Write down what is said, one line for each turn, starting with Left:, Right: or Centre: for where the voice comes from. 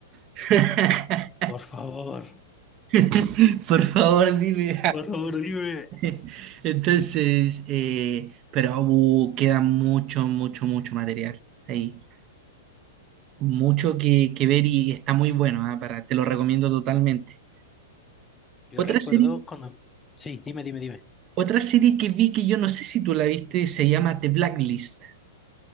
Right: <laughs>
Left: por favor,
Right: <laughs> Por favor, dime.
Left: por favor, dime.
Right: <laughs> Entonces, eh, pero uh, queda mucho, mucho, mucho material ahí. Mucho que, que ver y está muy bueno, ah, Para, te lo recomiendo totalmente.
Left: Yo
Right: Otra
Left: recuerdo
Right: serie,
Left: cuando, sí, dime, dime, dime.
Right: otra serie que vi que yo no sé si tú la viste, se llama The Blacklist.